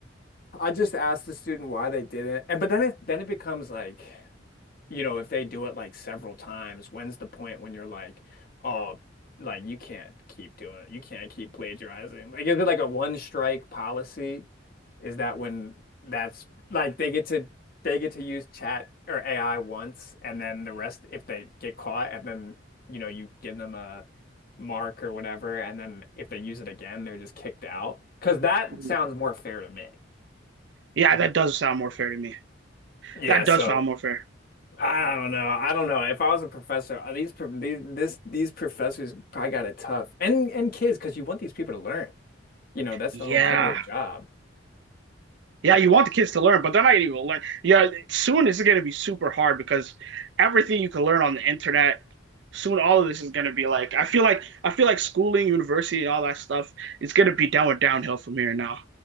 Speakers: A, on the left; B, on the right.
A: I just asked the student why they did it. And but then it then it becomes like you know, if they do it like several times, when's the point when you're like, oh, like you can't keep doing it. You can't keep plagiarizing. Like, is it like a one strike policy? Is that when that's like they get to they get to use chat or AI once and then the rest if they get caught and then you know you give them a mark or whatever and then if they use it again they're just kicked out. Because that
B: Mhm.
A: sounds more fair to me.
B: Yeah, that does sound more fair to me.
A: Yeah,
B: That
A: so
B: does sound more fair.
A: I don't know. I don't know. If I was a professor, uh, these pro- these this these professors probably got it tough, and and kids, because you want these people to learn. You know, that's
B: Yeah.
A: the whole point of your job.
B: Yeah, you want the kids to learn, but they're not even gonna learn. Yeah, soon it's gonna be super hard because everything you can learn on the internet, soon all of this is gonna be like I feel like I feel like schooling, university, and all that stuff, it's gonna be down downhill from here now.